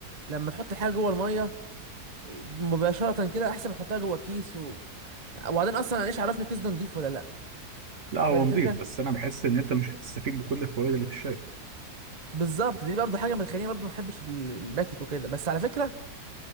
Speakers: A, on the right (about 25°); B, on the right (about 50°).
A: لما تحط حاجة جوه المية مباشرة كده احسن ما احطها جوه كيس و... وبعدين اصلا انا ايش عرفني الكيس ده نضيف ولا لا
B: لا هو
A: فاهم الفكرة
B: نضيف بس انا بحس ان انت مش هتستفيد بكل الفوائد اللي في الشاي
A: بالظبط دي برضه حاجة بتخليني برضه ما بحبش ال- الباكت وكده بس على فكرة